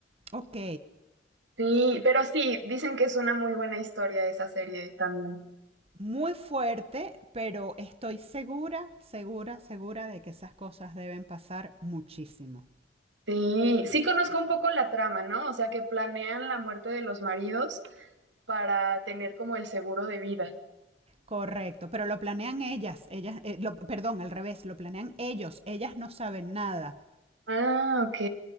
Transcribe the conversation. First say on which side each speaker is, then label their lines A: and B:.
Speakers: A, on the right; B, on the right.
A: Ok.
B: Sí, pero sí, dicen que es una muy buena historia esa serie también.
A: Muy fuerte, pero estoy segura, segura, segura de que esas cosas deben pasar muchísimo.
B: Sí, sí conozco un poco la trama, ¿no? O sea, que planean la muerte de los maridos para tener como el seguro de vida.
A: Correcto, pero lo planean ellas, ellas, eh, lo- perdón, al revés, lo planean ellos, ellas no saben nada.
B: Ah, ok,